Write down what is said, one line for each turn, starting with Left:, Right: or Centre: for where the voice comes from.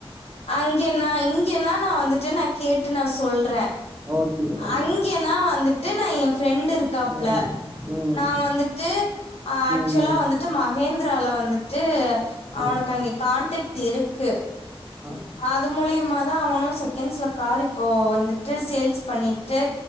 Left: அங்கன்னா இங்கன்னா நான் வந்துட்டு நான் கேட்டு நான் சொல்றேன்
Right: ஓகேக்கா ஓகேக்கா
Left: அங்கன்னா வந்துட்டு நான் என் ஃப்ரெண்ட்டு இருக்காப்ல
Right: ம் ம்
Left: நான் வந்துட்டு ஆக்சுவலா
Right: ம்
Left: வந்துட்டு மகேந் துரால வந்துட்டு ட்டு அவனுக்கு
Right: ஆ
Left: அங்க கான்டக்ட் இருக்கு
Right: ஆ
Left: அது மூலியமா தான் அவனும் செகண்ட்ஸ்ல கார் இப்போ வந்துட்டு சேல்ஸ் பண்ணிட்டு